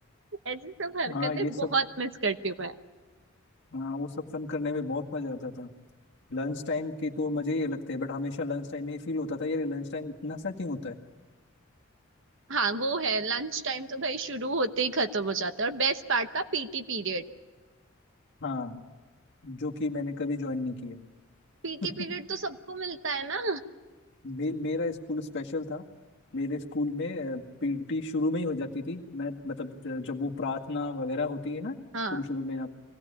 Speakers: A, on the right; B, on the left.
A: ऐसी सब हरकतें
B: हाँ ये सब
A: बहुत मिस करती हूँ मैं
B: हाँ वो सब फन करने में बहुत मजा आता था लंच टाइम के तो मजे ही लगते हैं बट हमेशा लंच टाइम में ये फील होता था ये लंच टाइम इतना सा क्यों होता है
A: हाँ वो है लंच टाइम तो भाई शुरू होते ही खत्म हो जाता है और बेस्ट पार्ट था पीटी पीरियड
B: हाँ जो कि मैंने कभी ज्वाइन नहीं किया
A: पीटी पीरियड
B: <laughs>
A: तो सबको मिलता है ना
B: मे, मेरा स्कूल स्पेशल था मेरे स्कूल में पीटी शुरू में ही हो जाती थी मैं मतलब ज- जब वो प्रार्थना वगैरह होती है ना
A: हाँ
B: शुरू शुरू में आप